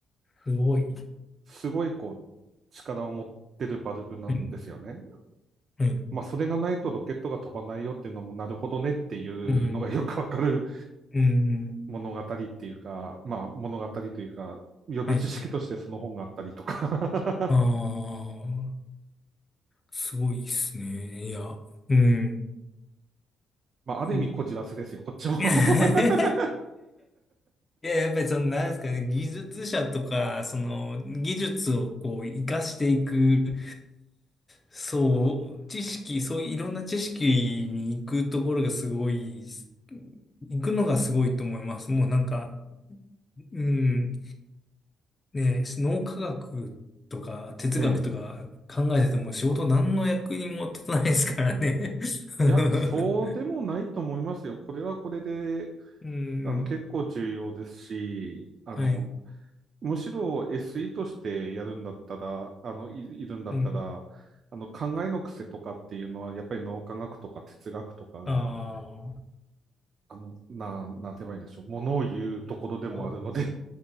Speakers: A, on the left; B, on the right.
A: すごい。
B: すごいこう、力を持ってるバルブなんですよね。
A: はい、はい、
B: まあ、それがないとロケットが飛ばないよっていうのも、なるほどねっていうのがよくわかる
A: うん、うん、
B: 物語っていうか、まあ、物語というか、予備知識としてその本があったりとか
A: はい。ああ、すごいっすね。いや、うん。
B: <laughs> まあ、ある意味こじらせですよ、
A: うん <laughs>
B: こっちも
A: い
B: <laughs>
A: や、やっぱりその、なんですかね、技術者とか、その、技術をこう、活かしていく、そう、知識、そういういろんな知識に行くところがすごい、行くのがすごいと思います。もうなんか、うん。ね、脳科学とか哲学とか考えてても仕事何の役にも立たないですからね。
B: ええ。
A: <laughs>
B: いや、そうでもないと思いますよ。これはこれで、
A: うん。
B: あの、結構重要ですし、あの、
A: はい。
B: むしろ SE としてやるんだったら、あの、い、いるんだったら、
A: うん。
B: あの、考えの癖とかっていうのは、やっぱり脳科学とか哲学とかが、
A: ああ。
B: あの、な、なんて言えばいいんでしょう。ものを言うところでもあるので
A: <laughs> そ